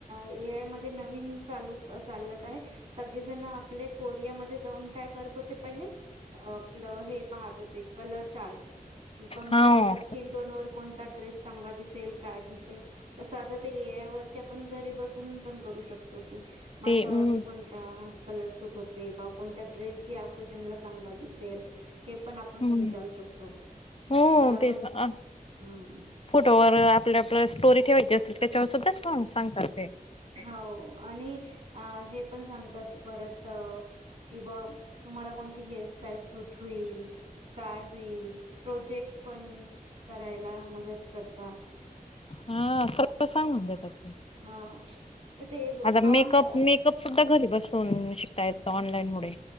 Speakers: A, on the right; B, on the left.
A: ए आय मध्ये नवीन चालू चालत आहे सगळे जण आपले कोरियामध्ये जाऊन काय करत होते पहिले आपलं- हे पाहत होते कलर चार्ट कि कोणत
B: हा
A: आपल्या स्किन टोन वर कोण ड्रेस चांगला दिसेल काय दिसेल तसं आता ते ए आय वरती आपण घरी बस <unintelligible> पण करू शकतो कि माझ्यावरती
B: ते हम्म
A: कोणता कलर सूट होते बा कोणत्या ड्रेस या ओकेजनला चांगला दिसेल हे पण आपण
B: हम्म.
A: विचारू शकतो
B: हो
A: मला
B: तेच
A: कोण
B: ना.
A: हम्म
B: फोटोवर आपल्या आपल्या स्टोरी ठेवायची असेल त्याच्यावर सुद्धा सॉग सांगतात ते.
A: हो आणि आ हे पण सांगतात परत कि बा तुम्हाला कोणती हेअरस्टाईल सुूट होईल काय होईल प्रोजेक्ट पण करायला मदत करता
B: हा सगल सांगून देतात. ते.
A: हा ह ते बे
B: आता
A: प्राँट
B: मेकअप मेकअप सुद्धा घरी बसून शिकता येतो ऑनलाईन मुळे.